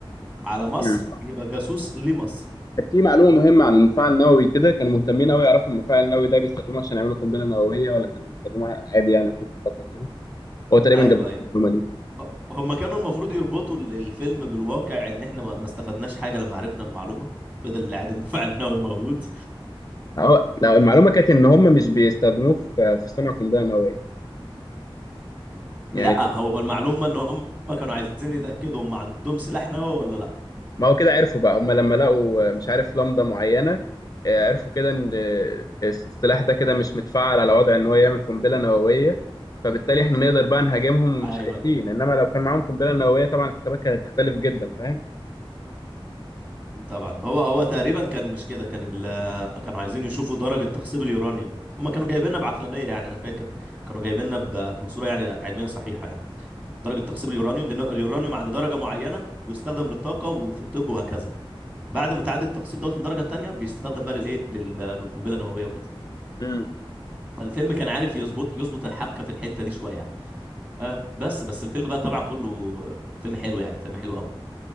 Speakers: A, on the right; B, on the left.
A: على مصر
B: مم.
A: يبقى جاسوس لمصر
B: كانت في معلومه مهمه عن المفاعل النووي كده كانوا مهتمين قوي يعرفوا المفاعل النووي ده بيستخدموه عشان يعملوا قنبله نوويه ولا كانوا بيستخدموه عادي يعني عشان الطاقه وكده هو تقريبا
A: ايوه
B: جاب
A: ايوه
B: المعلومه دي
A: هم كانوا المفروض يربطوا ال- الفيلم بالواقع ان احنا ما ما استفدناش حاجه لما عرفنا المعلومه فضل العادل المفاعل النووي موجود
B: أهو- لا، المعلومه كانت ان هم مش بيستخدموه في في صنع قنبله نوويه يعني
A: لا هو المعلومة ان هم كانوا عايزين يتأكدوا هم عندهم سلاح نووي ولا لا
B: ما هو كده عرفوا بقى هم لما لقوا مش عارف لمضة معينة آه، عرفوا كده ان آه، السلاح ده كده مش متفعل على وضع ان هو يعمل قنبلة نووية فبالتالي احنا نقدر بقى نهاجمهم
A: ايوه
B: ومش خايفين انما لو كان معاهم قنبلة نووية طبعا الحسابات كانت هتختلف جدا فاهم
A: طبعا هو هو تقريبا كان مش كده كان ال... كانوا عايزين يشوفوا درجة تخصيب اليورانيوم هم كانوا جايبيننا بعقلانية يعني انا فاكر كانوا جايبيننا ب... بصورة يعني علمية صحيحة يعني درجة تخصيب اليورانيوم لان اليورانيوم عند درجة معينة بيستخدم للطاقة وفي الطب وهكذا بعد ما تعدي التخصيب دوت للدرجة التانية بيستخدم بقى للايه لل... للقنبلة النووية وكده
B: امم
A: فالفيلم كان عارف يظبط يظبط الحبكة في الحتة دي شوية يعني. آه بس بس الفيلم بقى طبعا كله الفيلم حلو يعني فيلم حلو قوي